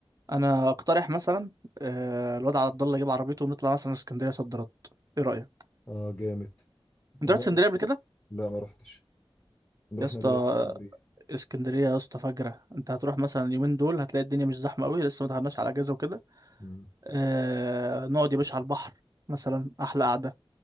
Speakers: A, on the right; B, on the left.
A: انا اقترح مثلا أه الواد عبد الله يجيب عربيته ونطلع مثلا اسكندريه صد رد ايه رايك
B: اه جامد
A: انت
B: يعني
A: رحت
B: نعمل
A: اسكندريه
B: إيه؟
A: قبل كده
B: لا ما رحتش نروح
A: يا اسطى
B: نعمل ايه في اسكندريه
A: اسكندريه يا اسطى فجره انت هتروح مثلا اليومين دول هتلاقي الدنيا مش زحمه قوي لسه ما دخلناش على اجازه وكده
B: امم
A: آه نقعد يا باشا على البحر مثلا احلى قعده